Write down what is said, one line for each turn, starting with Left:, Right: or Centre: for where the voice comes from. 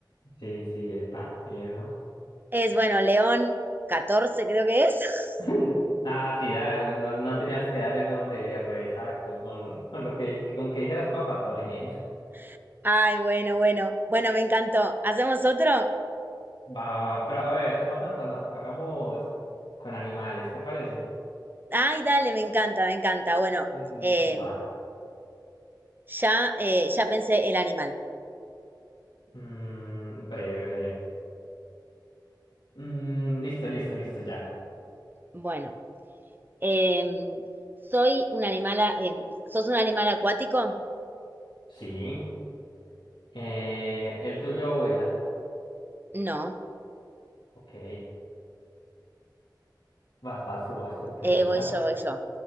Left: Sí, sí, epa, eso.
Right: Es, bueno, León catorce, creo que es.
Left: <laughs> Ah, sí, dale, no, no tenías que dar el nombre re exacto. Con, con lo que, con que dijeras papa, todo bien.
Right: <laughs> Ay, bueno, bueno. Bueno, me encantó. ¿Hacemos otro?
Left: Va, va, va. Pero a ver, hagamos una cosa. Hagamos con animales, ¿te parece?
Right: Ay, dale, me encanta, me encanta. Bueno,
Left: Listo,
Right: eh,
Left: listo, va.
Right: ya, eh, ya pensé el animal.
Left: Mm, breve, breve. Mm, listo, listo, listo, ya.
Right: Bueno. Em, ¿Soy un animal, a- em, sos un animal acuático?
Left: Sí. Eh, el tuyo vuela.
Right: No.
Left: Ok. Vas, vas tú, vas tú, pregunta.
Right: Eh, voy yo, voy yo.